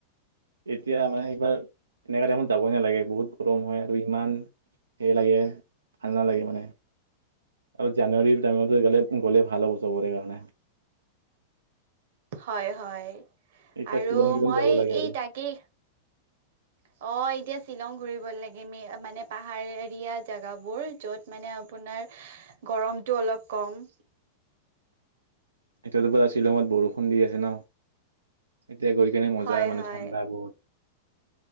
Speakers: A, on the right; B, on the right.
A: এতিয়া মানে এইবাৰ এনেকা টাইমত যাবই নালাগে বহুত গৰম হয়, আৰু ইমান হে লাগে, ভাল নালাগে মানে আৰু জানুৱাৰীৰ টাইমতে গ'লে, গ'লে ভাল হ'ব চবৰে কাৰণে
B: হয়, হয়।
A: এতিয়া
B: আৰু
A: শ্বিলং শ্বিলং
B: মই
A: যাব লাগে
B: এই
A: আৰু
B: তাকেই। অ', এতিয়া শ্বিলং ঘূৰি <unintelligible> মানে পাহাৰীয়া জেগাবোৰ য'ত মানে আপোনাৰ গৰমতো অলপ কম
A: এতিয়াতো পুৰা শ্বিলঙত বৰষুণ দি আছে ন এতিয়া গৈ কিনে মজা
B: হয়
A: মানে
B: হয়
A: ঠাণ্ডা বহুত